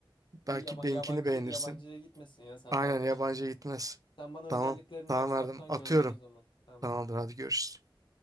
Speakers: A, on the left; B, on the right.
A: yaba-
B: Belki benimkini
A: yabancı
B: beğenirsin.
A: yabancıya gitmesin ya seninle
B: Aynen
A: anlaşırız.
B: yabancı gitmez.
A: Sen bana
B: Tamam
A: özelliklerini WhatsApp'tan
B: tamam verdim atıyorum.
A: gönder o zaman. Tamamdır.
B: Tamamdır hadi görüşürüz.